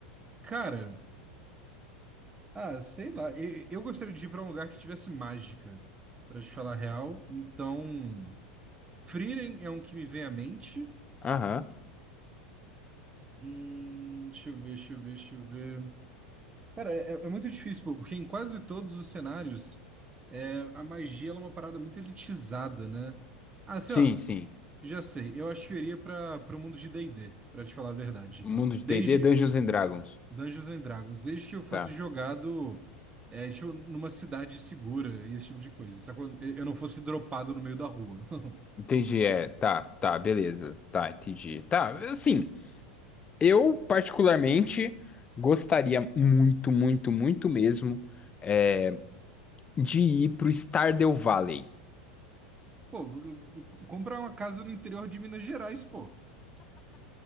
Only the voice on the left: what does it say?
Aham.
Sim,
sim.
Mundo de
D&D, Dungeons and Dragons.
Tá.
Entendi, é. Tá, tá, beleza. Tá, entendi. Tá, assim, eu particularmente gostaria muito, muito, muito mesmo. eh, de ir pro Stardew Valley.